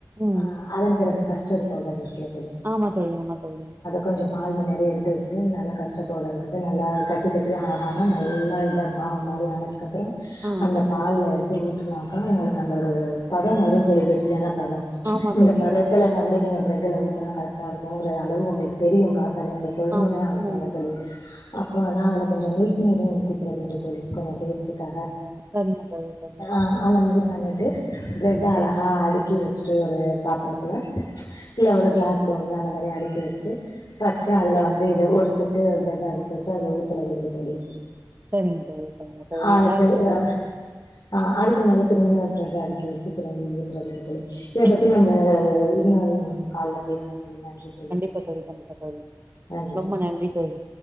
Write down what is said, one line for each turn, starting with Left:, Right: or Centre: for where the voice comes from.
Right: ம்
Left: ஆஹ் அதன் பிறகு கஷ் செரி பவுடர் இருக்குல
Right: ஆமா தோழி ஆமா தோழி
Left: கொஞ்ச பால் மின்னாடியே எடுத்து வச்சுட்டு நல்லா கஸ்டர்பவுடர் வந்து நல்லா க ட்டுகட்டி ஆகாம நல்லா இதமா மாவு மாரி ஆனத அதுக்கப்பறம்
Right: ஆ
Left: அந்த பால்ல எடுத் ஊட்டுனாக்கா அவங்களுக்கு அந்த ஒரு பதம் வரும் தோழி கெட்டியான பதம்
Right: ஆமா
Left: இந்த
Right: தோழி
Left: பதத்துல வந்து நீங்க பிரெட்டுல ஊத்துனா கரெக்டா இருக்கும் அளவு உங்களுக்கு தெரியும் பாத்தாலே நம்ம சொல்னுனே
Right: ஆமா
Left: அவசியம்
Right: ம்
Left: இல்ல தோழி அப்பனா அதுல கொஞ்ச மில்க் மேடும் ஊத்திகறது உண்டு தோழி கொஞ்ச டேஸ் க்காக
Right: சரிங்க தோழி சரிங்க
Left: ஆஹ அந்த மாரி பண்ணிட் ட்டு பிரெட் அழகா அடிக் வச்சுட்டு ஒரு பாத்திரத்துல இல்ல ஒரு கிளாஸ் பௌல்ல அந்த மாரி அடிக் ட்டு ஃபர்ஸ்ட் அதுல வந்து இத ஒரு செட்டு பிரெட் அடி க்கு வெச்சு அதுல ஊத்தறதுண்டு தோழி
Right: சரிங்க தோழி சரிங்க தோழி
Left: அது
Right: நல்லா
Left: சரி
Right: இருக்கு
Left: அ
Right: தோழி
Left: ஆ அதுக்கு மேல திரும்பியு ஒரு பிரட அடுக்கி வெச்சு திரும்பி ஊத்தறதுங்க தோழி இத பத்தி
Right: ம்
Left: நம்ப ஆ என்ன <unintelligible> காலைல பேசுவோம் தோழி நன்றி தோழி
Right: ப்பா தோழி கண்டிப்பா தோழி
Left: நன்றி
Right: ரொம்ப
Left: தோழி
Right: நன்றி
Left: ம்
Right: தோழி